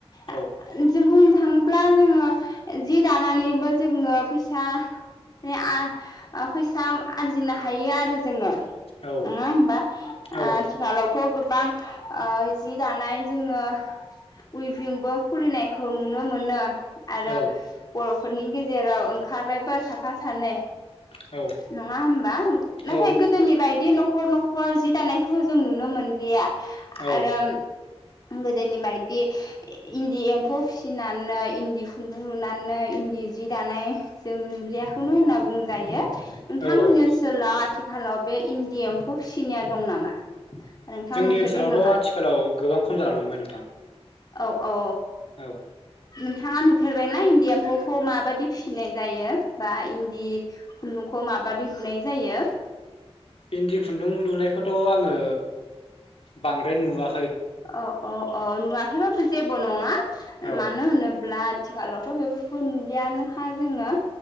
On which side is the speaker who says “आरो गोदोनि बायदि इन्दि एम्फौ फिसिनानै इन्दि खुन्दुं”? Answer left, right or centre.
Left